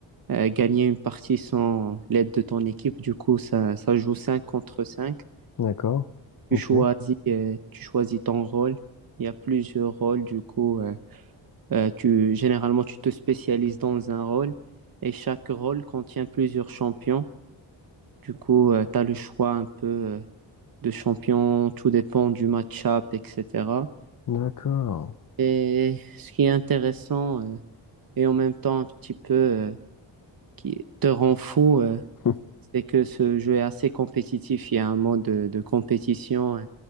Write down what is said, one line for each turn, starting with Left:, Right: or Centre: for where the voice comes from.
Right: euh, gagner une partie sans l'aide de ton équipe. Du coup, ça, ça joue 5 contre cinq
Left: d'accord. Ok,
Right: Tu choisis, euh, tu choisis ton rôle. Il y a plusieurs rôles. Du coup, euh, euh, tu, généralement, tu te spécialises dans un rôle. Et chaque rôle contient plusieurs champions. Du coup, tu as le choix un peu euh, de champion. Tout dépend du match-up, etc.
Left: d'accord.
Right: Et ce qui est intéressant. euh, et en même temps un petit peu euh, qui te rend fou, euh,
Left: <laughs>
Right: c'est que ce jeu est assez compétitif. Il y a un mode de, de compétition euh,